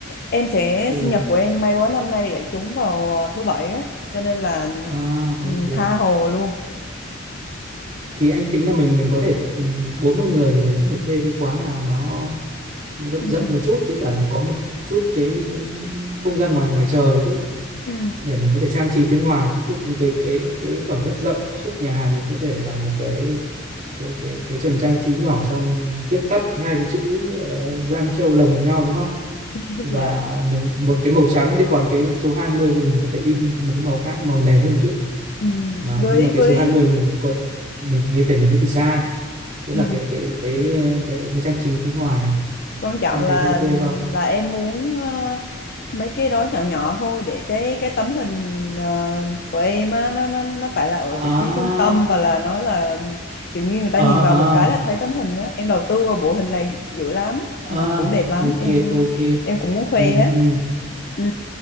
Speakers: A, on the left; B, on the right.
A: Em sẽ
B: ừ
A: sinh nhật của em may quá năm nay lại trúng vào ờ, thứ bảy á, cho nên là
B: à ok
A: ừ, tha hồ luôn.
B: thì anh tính là mình mình có thể ừ, 40 người thì mình cũng phải thuê cái quán nào nó nó rộng
A: Ừ,
B: rộng
A: ừ,
B: một chút với cả nó có một chút cái cái không gian ngoài ngoài trời chút
A: ừ.
B: để mình có thể trang trí phía ngoài ví dụ như cái cái cái khoảng đất rộng trước nhà hàng mình có thể làm một cái cái cái cái trần trang trí nhỏ xong viết tắt cái hai cái chữ uh, Giang Châu lồng vào nhau đúng không
A: <laughs>
B: và
A: Dạ.
B: mình một cái màu trắng thế còn cái số 20 thì mình có thể in một cái màu khác màu nền hơn một chút
A: Ừ.
B: mà
A: Với
B: nhưng mà
A: với
B: cái số hai mươi mình có mình như thể nhìn thấy từ xa tức là
A: ừ.
B: cái cái cái cái cái trang trí phía ngoài
A: Quan trọng
B: em
A: là
B: thấy có ok không
A: là em muốn ờ, mấy cái đó nhỏ nhỏ thôi để cái cái tấm hình ờ, của em á nó nó nó phải là ở
B: à
A: vị trí trung tâm và là nó là kiểu như người ta
B: à
A: nhìn
B: à
A: vào một cái là thấy tấm hình á em đầu tư vào bộ hình này dữ lắm
B: à
A: mà cũng đẹp lắm
B: ok
A: em
B: ok
A: em cũng muốn khoe
B: ừ
A: á
B: ừ
A: ừ.